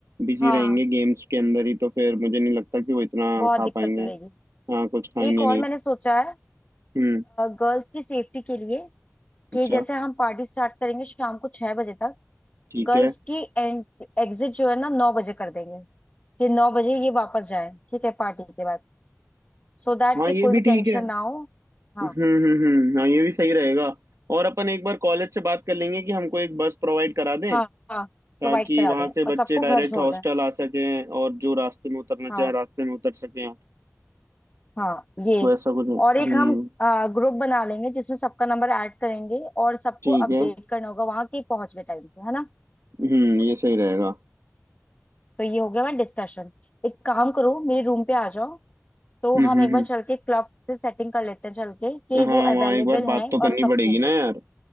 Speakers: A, on the right; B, on the left.
A: बिजी
B: हाँ
A: रहेंगे गेम्स के अंदर ही तो फिर मुझे नहीं लगता कि वो इतना
B: बहुत
A: खा
B: दिक्कत
A: पाएंगे
B: हो रहेगी
A: हाँ कुछ खाएंगे
B: एक और
A: नहीं
B: मैंने सोचा है
A: हम्म
B: गर्ल्स की सेफ्टी के लिए कि
A: अच्छा
B: जैसे हम पार्टी स्टार्ट करेंगे शाम को छह बजे तक
A: ठीक
B: गर्ल्स
A: है
B: की एंड एग्जिट जो है ना नौ बजे कर देंगे कि नौ बजे ये वापस जाए ठीक है पार्टी के बाद सो दैट
A: हाँ
B: कि
A: ये
B: कोई भी
A: भी ठीक
B: टेंशन
A: है
B: ना हो हाँ
A: हम्म हम्म हम्म हाँ ये भी सही रहेगा और अपन एक बार कॉलेज से बात कर लेंगे कि हमको एक बस प्रोवाइड करा दें
B: हाँ हाँ प्रोवाइड
A: ताकि
B: करा
A: वहां
B: दें
A: से बच्चे
B: और सबको
A: डायरेक्ट
B: घर छोड़
A: हॉस्टल
B: दें
A: आ सकें और जो रास्ते में उतरना
B: हाँ
A: चाहे रास्ते में उतर सकें
B: हाँ ये
A: वैसा कुछ
B: और एक
A: हम्म
B: हम ग्रुप बना लेंगे जिसमें सबका नंबर ऐड करेंगे और सबको
A: ठीक
B: अपडेट
A: है
B: करना होगा वहां के पहुंच गए टाइम से है ना
A: हम्म ये सही रहेगा
B: तो ये हो गया हमारा डिस्कशन एक काम करो मेरे रूम पे आ जाओ तो
A: हम्म
B: हम
A: हम्म
B: एक बार
A: हम्म।
B: चल के क्लब से सेटिंग कर लेते हैं चल के कि
A: हाँ
B: वो
A: वहाँ
B: अवेलेबल
A: एक बार बात
B: है
A: तो
B: और
A: करनी
B: कब
A: पड़ेगी
B: के लिए
A: ना यार